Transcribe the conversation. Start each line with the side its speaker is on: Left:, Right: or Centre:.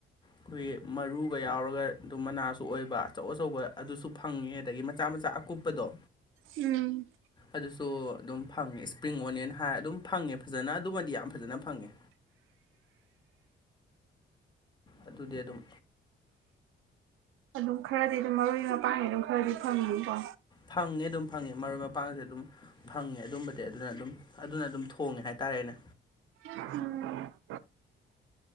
Left: ꯑꯩꯈꯣꯏꯒꯤ ꯃꯔꯨꯒ ꯌꯥꯎꯔꯒ ꯑꯗꯨꯝ ꯃꯅꯥꯁꯨ ꯑꯣꯏꯕ ꯑꯆꯧ ꯑꯆꯧꯕ ꯑꯗꯨꯁꯨ ꯐꯪꯉꯦ ꯑꯗꯒꯤ ꯃꯆꯥ ꯃꯆꯥ ꯑꯀꯨꯞꯄꯗꯣ
Right: ꯎꯝ
Left: ꯑꯗꯨꯁꯨ ꯑꯗꯨꯝ ꯐꯪꯉꯦ ꯏꯁꯄ꯭ꯔꯤꯡ ꯑꯣꯅꯤꯌꯟ ꯍꯥꯏꯔ ꯑꯗꯨꯝ ꯐꯪꯉꯦ ꯐꯖꯅ ꯑꯗꯨꯒꯃꯗꯤ ꯌꯥꯝ ꯐꯖꯅ ꯐꯪꯉꯦ ꯑꯗꯨꯗꯤ ꯑꯗꯨꯝ
Right: ꯑꯗꯨꯝ ꯈꯔꯗꯤ ꯑꯗꯨꯝ ꯃꯔꯣꯏ ꯃꯄꯥꯡꯒꯤ ꯑꯗꯨꯝ ꯈꯔꯗꯤ ꯐꯪꯉꯅꯤꯀꯣ
Left: ꯐꯪꯉꯦ ꯑꯗꯨꯝ ꯐꯪꯉꯦ ꯃꯔꯣꯏ ꯃꯄꯥꯡꯁꯦ ꯑꯗꯨꯝ ꯐꯪꯉꯦ ꯑꯗꯨꯝꯕꯗꯤ ꯑꯗꯨꯅ ꯑꯗꯨꯝ ꯑꯗꯨꯅ ꯑꯗꯨꯝ ꯊꯣꯡꯉꯦ ꯍꯥꯏꯇꯥꯔꯦꯅꯦ
Right: ꯎꯝ